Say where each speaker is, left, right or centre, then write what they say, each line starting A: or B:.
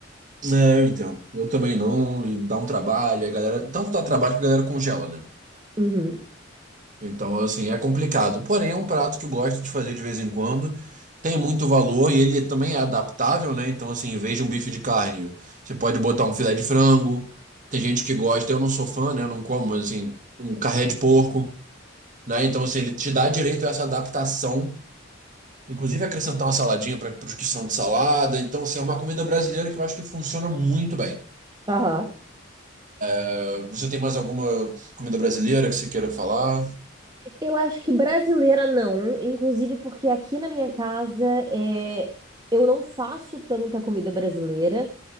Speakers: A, on the right; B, on the right.
A: É, eu entendo. Eu também não, e dá um trabalho, a galera, tanto dá trabalho que a galera congela, né?
B: Uhum.
A: Então, assim, é complicado. Porém, é um prato que eu gosto de fazer de vez em quando. Tem muito valor e ele também é adaptável, né? Então, assim, em vez de um bife de carne, você pode botar um filé de frango. Tem gente que gosta, eu não sou fã, né? Eu não como, mas, assim, um carré de porco, né? Então, assim, ele te dá direito a essa adaptação. Inclusive, acrescentar uma saladinha para os que são de salada. Então, assim, é uma comida brasileira que eu acho que funciona muito bem.
B: Aham.
A: Eh, Você tem mais alguma comida brasileira que você queira falar?
B: Eu acho que brasileira não, inclusive porque aqui na minha casa é, eu não faço tanta comida brasileira,